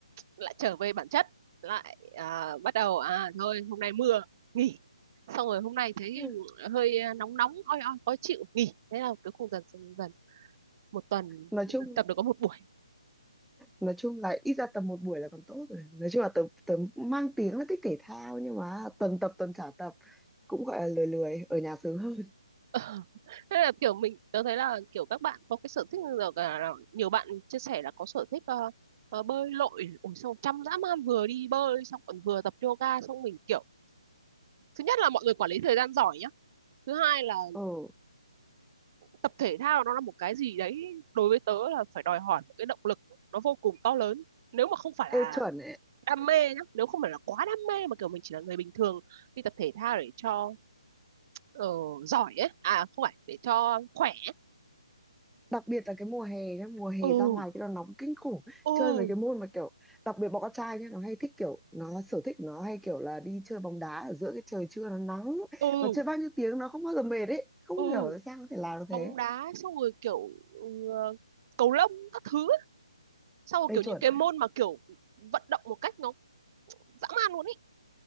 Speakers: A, on the right; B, in the centre.
A: lại trở về bản chất lại à, bắt đầu à thôi hôm nay mưa nghỉ xong rồi hôm nay thấy
B: Ừ.
A: hơi à, nóng nóng oi oi khó chịu nghỉ thế là cứ khung dần dần dần một tuần
B: nói chung
A: tập được có một buổi
B: nói chung là ít ra tập một buổi là còn tốt rồi nói chung là tớ tớ mang tiếng là thích thể thao nhưng mà tuần tập tuần trả tập cũng gọi là lười lười ở nhà sướng hơn
A: <laughs> thế là kiểu mình tớ thấy là kiểu các bạn có cái sở thích giờ cả nhiều bạn chia sẻ là có sở thích ờ, ờ, bơi lội ủa xong chăm dã man vừa đi bơi xong còn vừa tập yoga xong mình kiểu thứ nhất là mọi người quản lý thời gian giỏi nhá thứ hai là
B: ừ
A: tập thể thao nó là một cái gì đấy đối với tớ là phải đòi hỏi một cái động lực nó vô cùng to lớn nếu mà không phải là
B: ê chuẩn
A: đam mê nhá nếu không phải là quá đam mê mà kiểu mình chỉ là người bình thường đi tập thể thao để cho ờ, giỏi ấy à không phải để cho khỏe
B: đặc biệt là cái mùa hè nhá mùa hè
A: ừ
B: ra ngoài cái nó nóng kinh khủng
A: ừ
B: chơi mấy cái môn mà kiểu đặc biệt bọn con trai nhá nó hay thích kiểu nó sở thích nó hay kiểu là đi chơi bóng đá ở giữa cái trời trưa nó nắng
A: ừ
B: mà chơi bao nhiêu tiếng nó không bao giờ mệt ấy không
A: ừ
B: hiểu tại sao có thể làm được thế
A: bóng đá xong rồi kiểu ừ, cầu lông các thứ ấy. xong rồi
B: đây
A: kiểu
B: chuẩn
A: những cái môn mà kiểu vận động một cách nó dã man luôn ấy